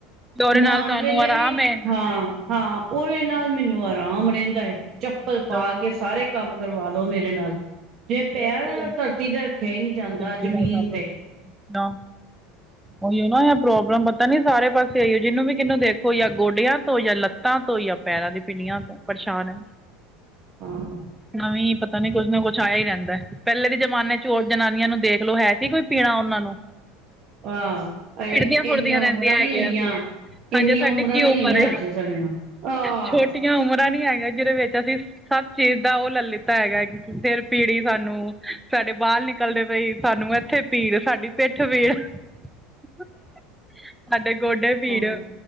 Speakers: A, in the centre; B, on the right.
A: ਤੇ ਉਹਦੇ
B: ਨਾਣ
A: ਨਾਲ ਤੁਹਾਨੂੰ
B: ਵੇਲੇ
A: ਆਰਾਮ
B: ਵੀ
A: ਹੈ।
B: ਹਾਂ। ਹਾਂ, ਓਰੇ ਨਾਲ ਮੈਨੂੰ ਆਰਾਮ ਰੈੰਦਾ ਏ ਚੱਪਲ
A: ਅੱਛਾ
B: ਪਾ ਕੇ ਸਾਰੇ ਕੰਮ ਕਰਵਾ ਲੋ ਮੇਰੇ ਨਾਲ ਜੇ ਪੈਰ
A: ਵੈਸੇ
B: ਧਰਤੀ ਤੇ ਰੱਖਿਆ ਈ ਨੀ ਜਾਂਦਾ
A: ਤੇ
B: ਜ਼ਮੀਨ
A: ਪੀੜਾ ਚਾਲੂ
B: ਤੇ
A: ਨਾ
B: <inaudible>
A: ਓਇਨਾ ਐ ਪ੍ਰੋਬਲਮ ਪਤਾ ਨੀ ਸਾਰੇ ਪਾਸੇ ਐਇਓ ਜਿਨੂੰ ਵੀ ਕਿਨੂੰ ਦੇਖੋ ਯਾਂ ਗੋਡਿਆਂ ਤੋਂ, ਯਾ ਲੱਤਾਂ ਤੋਂ ਯਾਂ ਪੈਰਾਂ ਦੀ ਪਿਣਿਆਂ ਤੋ ਪਰੇਸ਼ਾਨ ਐ।
B: ਆਹੋ।
A: ਨਵੀ ਪਤਾ ਨੀ ਕੁੱਝ ਨਾ ਕੁੱਝ ਛਾਇਆ ਈ ਰੈੰਦਾ। ਪੈਲੇ ਦੇ ਜਮਾਨੇ ਚ ਹੋਰ ਜਨਾਨੀਆਂ ਨੂੰ ਦੇਖ ਲੋੋ ਓ ਹੈਸੀ ਕੋਈ ਪੀੜਾ ਓਨਾਂ ਨੂੰ
B: ਹਾਂ
A: ਫਿਰਦੀਆਂ-ਫੁਰਦੀਆਂ
B: ਇੰਨੀਆਂ ਉਮਰਾਂ
A: ਰੈਂਦੀਆਂ
B: ਨੀ
A: ਹੈਗੀਆਂ
B: ਹੋਈਆਂ
A: ਸੀ।
B: ਇੰਨੀਆਂ
A: ਹਜੇ, ਸਾਡੀ
B: ਉਮਰਾਂ
A: ਕੀ
B: ਨੀ
A: ਉਮਰ
B: ਹੋਈਆਂ
A: ਏ
B: ਅਜੇ ਸਾਡੀਆਂ ਆਹ
A: ਛੋਟੀ ਆ ਉਮਰਾਂ ਨੀ ਹੈਗੀਆਂ। ਜਿਦੇ ਵਿੱਚ ਅਸੀਂ ਸਭ ਚੀਜ਼ ਦਾ ਓ ਲੈ ਲਿੱਤਾ ਹੈਗਾ ਕਿ ਫੇਰ ਪੀੜੀ ਸਾਨੂੰ ਸਾਡੇ ਬਾਲ ਨਿਕਲਦੇ ਪਏ ਈ ਸਾਨੂੰ ਐਥੇ ਪੀੜ ਸਾਡੀ ਪੇੱਠ ਪੀੜ
B: ਹ
A: ਸਾਡੇ ਗੋਡੇ ਪੀੜ,
B: ਹਾਂ